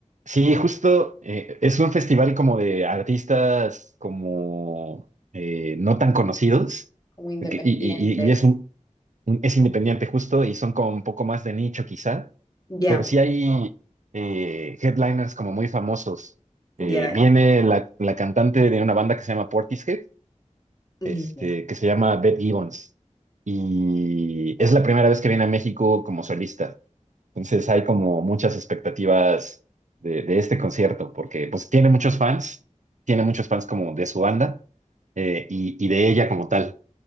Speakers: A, on the right; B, on the left.
A: sí, justo eh, es un festival como de artistas como eh, no tan conocidos
B: Como independientes.
A: que- y, y- y- y es un, un- es independiente justo y son como un poco más de nicho quizá,
B: Ya,
A: pero sí hay eh, headliners como muy famosos. Eh,
B: ya, ya.
A: viene la, la cantante de una banda que se llama Portishead
B: Ni
A: este,
B: idea.
A: que se llama Beth Gibbons. Y
B: Ya,
A: es la primera vez que viene a México como solista. Entonces hay como muchas expectativas de, de este concierto, porque pues tiene muchos fans, tiene muchos fans como de su banda eh, y, y de ella como tal.